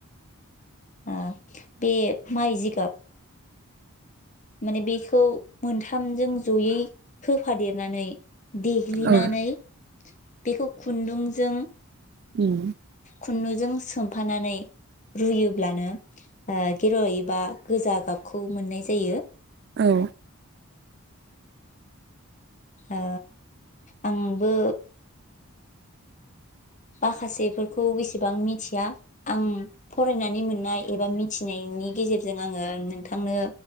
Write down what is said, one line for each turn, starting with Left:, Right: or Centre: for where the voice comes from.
Left: ओ बे माइ जिगाब माने बेखौ मोनथामजों जयै होफादेरनानै देग्लिनानै
Right: औ
Left: बेखौ खुन्दुंजों
Right: उम।
Left: खुन्दुजों सोमफानानै रुयोब्लानो ओ गेरुवा एबा गोजा गाबखौ मोननाय जायो।
Right: औ।
Left: आ आंबो माखासेफोरखौ एसेबां मिथिया आं फरायनानै मोननाय एबा मिथिनायनि गेजेरजों आङो नोंथांनो